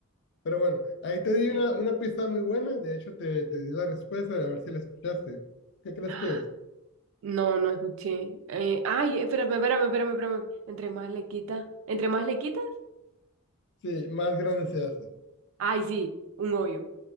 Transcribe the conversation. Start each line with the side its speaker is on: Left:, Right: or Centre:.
Left: Pero bueno, ahí te di
Right: Eh,
Left: una, una pista muy buena, de hecho te, te di la respuesta, a ver si la escuchaste. ¿Qué crees
Right: ah,
Left: que es?
Right: No, no escuché. Eh, ay, espérame, espérame, espérame, espérame. Entre más le quitas. ¿Entre más le quitas?
Left: Sí, más grande se hace.
Right: Ay, sí, un hoyo,